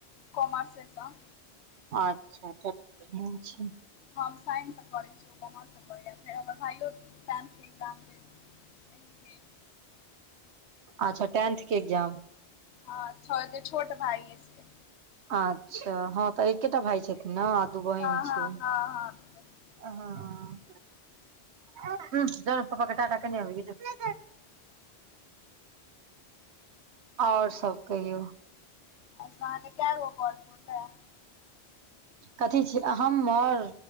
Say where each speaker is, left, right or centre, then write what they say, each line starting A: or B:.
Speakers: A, on the left; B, on the right.
A: कोमासेसन
B: अच्छा चलू बढ़िआँ छै।
A: हम साइंस से करे छियै ओ कॉमर्स सँ करेैया फेर हमर भाइयो टेंथ के एक्जाम देत। एहि बेर
B: अच्छा टेंथ के एग्जाम।
A: हँ, छ से छोट भाईय ये से-
B: अच्छा हँ तऽ एकेटा भाय छथिन ने आ दू बहिन
A: हँ हँ
B: छियै।
A: हँ हँ दू बहिन छी
B: हँ पियूष जो पापा के टाटा केने अबहीं जो। और सब कहियौ।
A: अच्छा आहाँके केगो कॉल पुरुलया?
B: कथी छी हमर